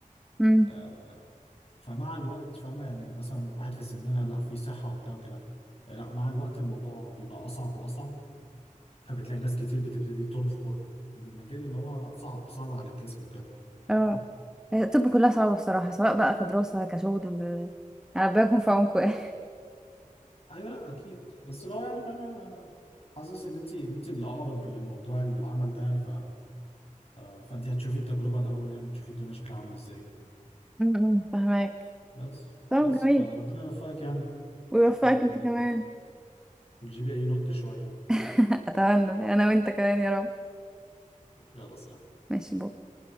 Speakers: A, in the centre; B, on the left (about 45°).
A: اه
B: آه، فمع الوقت فاهمة يعني مثلا واحد في سننا لا في صحة وبتاع وكده لا مع الوقت الموضوع بيبقى أصعب وأصعب فبتلاقي ناس كتير بتبتدي تنفر من المجال لان هو صعب صعب على الجسم وكده
A: اه
B: فاهمه
A: هي الطب كلها صعبة الصراحة سواء بقى كدراسة كشغل يعني ربنا يكون في عونكم <laughs> يعني
B: ايوه لا اكيد بس لو يعني فاهمه حاسس ان انت انت اللي اقرب لموضوع العمل ده يعني ف... ف- فانت هتشوفي التجربه الاول يعني وتشوفي الدنيا شكلها عامل ازاي
A: امم فهماك
B: بس
A: طب
B: بس
A: جميل
B: فربنا يوفقك يعني
A: ويوفقك
B: و-
A: انت كمان
B: وتجيبي اي نوت شويه
A: <laughs> أتمنى أنا وأنت كمان يا رب
B: يلا سلام
A: ماشي